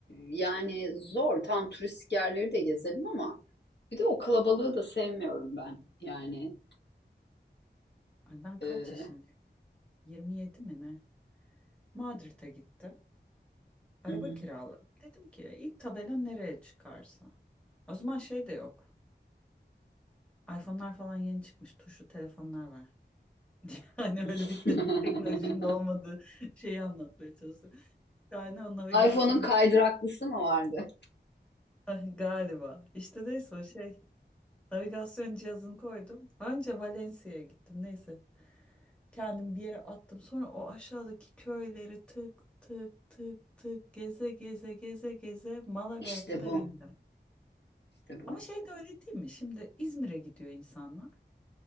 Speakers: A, on the left; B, in the centre.
A: yani zor. Tam turistik yerleri de gezelim ama bir de o kalabalığı da sevmiyorum ben. Yani
B: Ay ben kaç
A: e,
B: yaşındayım? yirmi yedi mi ne? Madrid'e gittim. Araba
A: hı hı.
B: kiraladım. Dedim ki ilk tabela nereye çıkarsa. O zaman şey de yok. iPhone'lar falan yeni çıkmış. Tuşlu telefonlar var. <laughs> Hani
A: <laughs>
B: öyle bitti. Teknolojinin olmadığı şeyi anlatmaya çalıştım. Yani o navigasyon
A: iPhone'un kaydıraklısı mı vardı?
B: <laughs> galiba. İşte neyse o şey. Navigasyon cihazını koydum. Önce Valencia'ya gittim. Neyse. Kendimi bir yere attım. Sonra o aşağıdaki köyleri tık tık tık tık geze geze geze geze Malaga'ya
A: İşte
B: kadar
A: bu.
B: indim.
A: İşte bu.
B: Ama şey de öyle değil mi? Şimdi İzmir'e gidiyor insanlar.